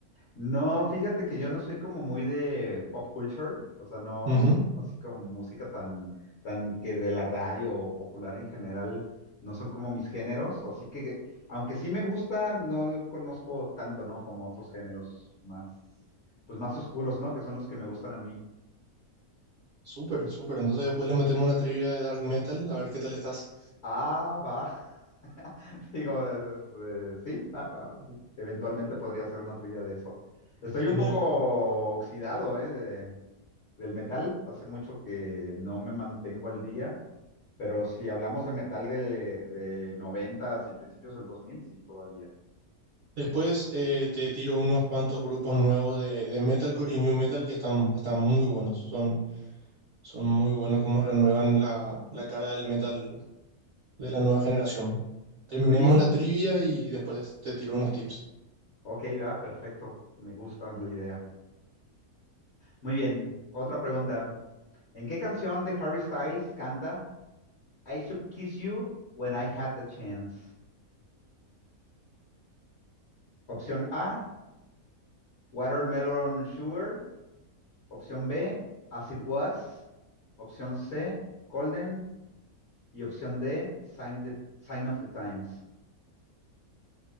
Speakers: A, on the left; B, on the right.
A: No, fíjate que yo no soy como muy de pop culture, o sea, no,
B: Ujú.
A: así como música tan, tan que de la radio o popular en general, no son como mis géneros, así que, aunque sí me gusta, no lo conozco tanto, ¿no? Como otros géneros más, pues más oscuros, ¿no? Que son los que me gustan a mí.
B: Súper, súper. Entonces después le metemos una trivia de Dark Metal. A ver qué tal estás.
A: Ah, va. <laughs> Digo, es- es, eh, sí, va, va, sí. Eventualmente podría ser una trivia de eso. Estoy un
B: Genial.
A: poco oxidado, ¿eh? de- del metal. Hace mucho que no me mantengo al día, pero si hablamos de metal de, de noventas y principios del 2000, sí, todavía.
B: Después eh, te tiro unos cuantos grupos nuevos de, de Metalcore y New Metal que están, están muy buenos. Son, son muy buenos como renuevan la, la cara del metal de la nueva generación. Terminemos
A: Muy bien.
B: la trivia y después te tiro unos tips.
A: Ok, va, perfecto. Me gusta la idea. Muy bien. Otra pregunta. ¿En qué canción de Harry Styles canta I Should Kiss You When I Had the Chance? Opción A, Watermelon Sugar. Opción B, As It Was. Opción C, Golden. Y opción D, Sign, the- Sign of the Times.